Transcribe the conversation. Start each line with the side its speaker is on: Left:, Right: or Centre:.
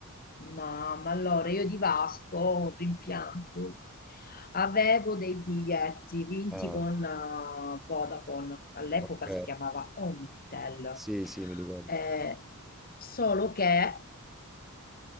Left: Ma, ma allora io di Vasco ho un rimpianto. Avevo dei biglietti vinti
Centre: Ah,
Left: con eh, Vodafone, all'epoca
Centre: ok.
Left: si chiamava Omnitel,
Centre: Sì, sì, mi ricordo.
Left: Eh, solo che eh,